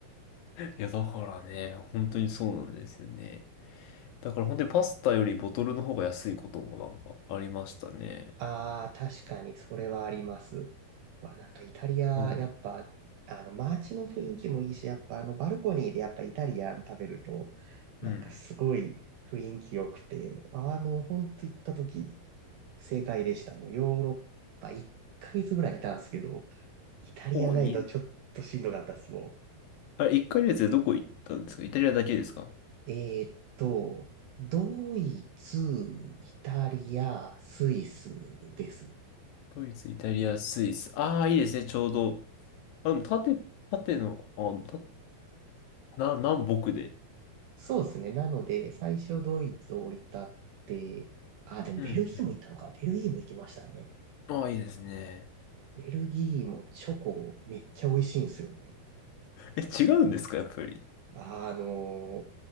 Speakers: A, on the left; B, on the right.
A: いや、だからね、本当にそうなんですよね。だから本当にパスタよりボトルの方が安いこともなんかありましたね。
B: ああ、確かにそれはあります。わ、なんかイタリア、
A: うん。
B: やっぱ、あの、街の雰囲気もいいし、やっぱあの、バルコニーでやっぱイタリアン食べると、なんかすごい雰囲気良くて、
A: うん。
B: あの、ほんと行った時、正解でした。もうヨーロッパ1ヶ月ぐらいいたんですけど、イタリアないとちょっとしんどかったっす、
A: お、いい。
B: も
A: あれ、一回のつでどこ行ったんですかイタリアだけですか
B: ん。えーっと、ドイツ、イタリア、スイスです。
A: ドイツ、イタリア、スイス。ああ、いいですね、ちょうど。あ、でも縦、縦の、あ、た、な、南北で。
B: そうですね。なので、最初ドイツを降り立って、あ、でもベルギーも行ったのか。
A: うん、うん。
B: ベルギーも行きましたね。
A: ああ、いいですね。
B: ベルギーもチョコめっちゃ美味しいんですよね。
A: え、違うんですかやっぱり。
B: あの、